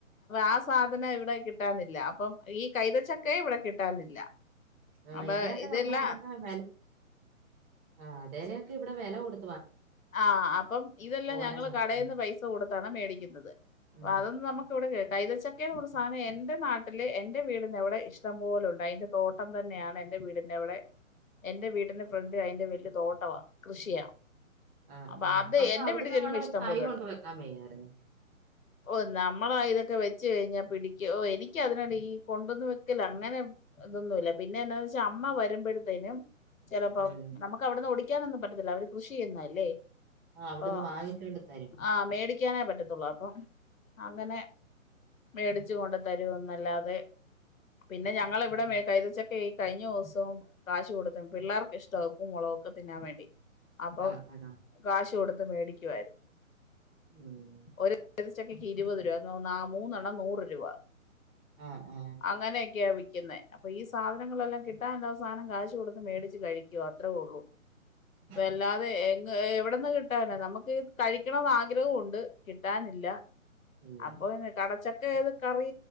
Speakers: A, on the left; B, on the right.
A: ആ സാധനം ഇവിടെ കിട്ടാനില്ല അല്ല ഇപ്പൊ ഈ കൈതച്ചക്കയ ഇവിടെ കിട്ടാനില്ല
B: ആ
A: അപ്പൊ
B: ഇവിടെക്കെ
A: ഇതെല്ലാം
B: നമ്മൾ അതൊക്കെ വില ആ അതലൊക്കെ ഇവിടെ വില കൊടു
A: ആഅപ്പം ഇതെല്ലാം
B: ഓരം
A: ഞങ്ങള്കടൽന്ന്
B: വെക്കാൻ
A: പൈസ കൊടുത്താണ് മേടിക്കുന്നത്
B: ആ
A: അതൊന്നും നമ്മുക്ക് ഇവിടെ കേട്ട കൈതച്ചക്ക എന്നപറയുന്ന സാധനം എന്റെ നാട്ടിലെ എന്റെ വീടിന്റവിടെ ഇഷ്ടം പോല ഉണ്ട് അതിന്റെ തോട്ടം തന്നെയാണ് എന്റെ വീടിന്റെ അവിടെ എൻറെ വീടിന്റെ ഫ്രണ്ട് അതിറെ വലിയ തോട്ടമാ കൃഷിയാ
B: ആ
A: അപ്പൊ അത്
B: ആഅപ്പൊ
A: എന്റെ
B: അവിടന്ന്
A: വീട്ടിൽ ചെല്ലുമ്പോ
B: വേണം ഒരു
A: ഇഷ്ടം
B: കൈ
A: പോലുണ്ട്
B: കൊണ്ട് വെക്കാൻ വയ്യരരുന്നു
A: ഓ നമ്മളാ ഇതൊക്കെ വെച്ച്കഴിഞ്ഞ പിടിക്കുവോ ഓ എനിക്ക് അതിനോട് ഈ കൊണ്ടൊന്നു വെക്കല അങ്ങനെ ഇതൊന്നുമല്ല പിന്നെ എന്താന്ന് വെച്ചാ അമ്മ വരുമ്പോൾത്തേക്കു തീനം ചിലപ്പം
B: ഉം.
A: നമുക്ക് അവിടുന്ന് ഓടിക്കാനൊന്നും പറ്റത്തില്ല അവർ കൃഷി തിയന്നാല്ലേ
B: ആ അവിടുന്ന്
A: അപ്പോ
B: വാങ്ങിച്ചോണ്ട് തരും
A: ആ മേടി മേടിക്കാനെ പറ്റത്തുള്ളൂ അപ്പം അങ്ങനെ മേടിച്ച് കൊണ്ട് തരും എന്നല്ലാതെ പിന്നെ ഞങ്ങള ഇവിടെ
B: ഉം.
A: മേ കൈതച്ചക്കയായി കഴിഞ്ഞ ദിവസവും കാശ് കൊടുത്തും പിള്ളേർക്ക് ഇഷ്ടാ ഉപ്പും മുളകും ഒക്കെ തിന്നാൻ വേണ്ടി അപ്പം
B: ആ ആ
A: കാശ് കൊടുത്ത് മേടിക്കുവായിരുന്നു.
B: ഉം.
A: ഒരു കൈതച്ചക്കക്ക് ഇരുപത് രൂപ. നാ മൂന്നെണ്ണം നൂറ് രൂപ
B: ആ ആ
A: അങ്ങനെയൊക്കെയാ വിക് ക്ക്ന്നേ. അപ്പൊ ഈ സാധനങ്ങളെല്ലാം കിട്ടാണ്ടവസാനം കാശ് കൊടുത്ത് മേടിച്ച് കഴിക്കും അത്രയേ ഉള്ളു
B: <unintelligible>
A: വല്ലാതെ എങ്ങ് എവി വിട്ന്ന് കിട്ടാനാ? നമുക്ക് കഴിക്കണമെന്ന് ആഗ്രഹമുണ്ട് കിട്ടാനില്ല
B: ഇല്ല.
A: അപ്പൊ കടച്ചക്കെ ഏത് കറി